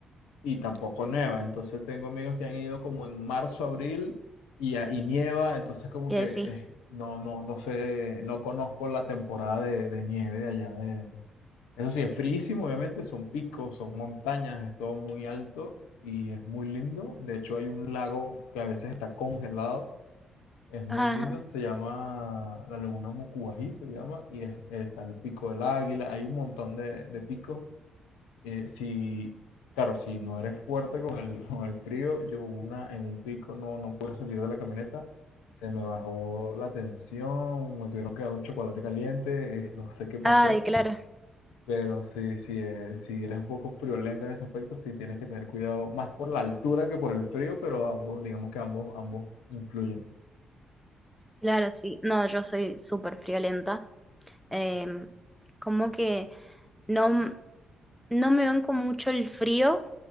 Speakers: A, on the left; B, in the centre.
A: y tampoco neva, entonces tengo amigos que han ido como en marzo, abril y, a- y nieva, entonces como
B: Y
A: que
B: ahí sí.
A: eh, no, no, no sé, no conozco la temporada de, de nieve de allá de... Eso sí, es frísimo, obviamente, son picos, son montañas, es todo muy alto y es muy lindo. De hecho, hay un lago que a veces está congelado es muy
B: Ajá.
A: lindo, se llama la Laguna Mucubají, se llama, y es- está el Pico del Águila, hay un montón de, de picos. Eh, si, claro, si no eres fuerte con el, <laughs> con el frío, yo una en un pico no, no pude salir de la camioneta, se me bajó la tensión, me tuvieron que dar un chocolate caliente, eh, no sé qué pasó,
B: Ay, claro,
A: pero sí, sí, eh, si eres un poco friolento en ese aspecto, sí tienes que tener cuidado, más por la altura que por el frío, pero ambos, digamos que ambos, ambos influyen.
B: claro, sí. No, yo soy súper friolenta. Em, como que no, m- no me banco mucho el frío,